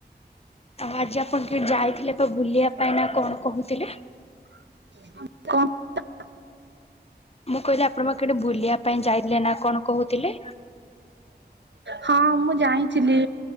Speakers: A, on the left; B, on the right.
A: ଆଉ ଆଜି ଆପଣ କେ ଯାଇଥିଲେ ତ ବୁଲିବା ପାଇଁ ନା କଣ କହୁଥିଲେ।
B: <unintelligible>
A: ମୁଁ କହିଲି ଆପଣ ବା କେଟେ ବୁଲିବା ପାଇଁ ଯାଇଥିଲେ ନା କଣ କହୁଥିଲେ।
B: ହଁ ମୁଁ ଯାଇଁଥିଲି